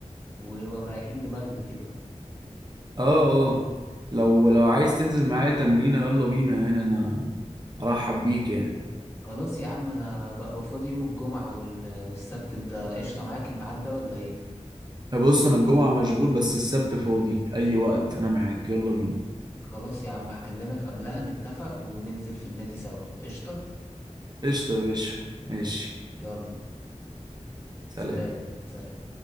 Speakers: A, on the left; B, on the right.
A: ومريحين دماغنا كده
B: اه اه لو لو عايز تنزل معايا تمرينة يلا بينا يعني انا ارحب بيك يعني
A: خلاص يا عم انا بقى فاضي يوم الجمعة وال- والسبت انت قشطة معاك الميعاد ده ولا ايه
B: بص انا الجمعة مشغول بس السبت فاضي اي وقت انا معاك يلا بينا
A: خلاص يا عم هكلمك قبلها نتفق وننزل في النادي سوا قشطة
B: قشطة يا باشا ماشي
A: يلا سلام
B: سلام
A: سلام